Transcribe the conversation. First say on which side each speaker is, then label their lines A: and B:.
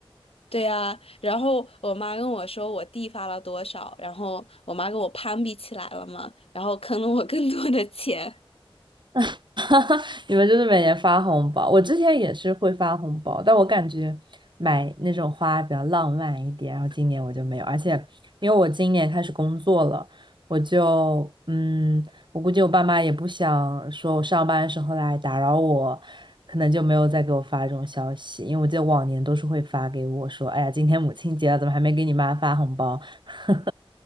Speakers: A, on the left; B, on the right.
A: 对啊，然后我妈跟我说我弟发了多少，然后我妈跟我攀比起来了嘛，然后坑了我更多的钱。
B: <laughs> 哈哈，你们就是每年发红包，我之前也是会发红包，但我感觉买那种花比较浪漫一点，然后今年我就没有，而且因为我今年开始工作了，我就嗯，我估计我爸妈也不想说我上班的时候来打扰我，可能就没有再给我发这种消息，因为我记得往年都是会发给我说，哎呀，今天母亲节了，怎么还没给你妈发红包？<laughs>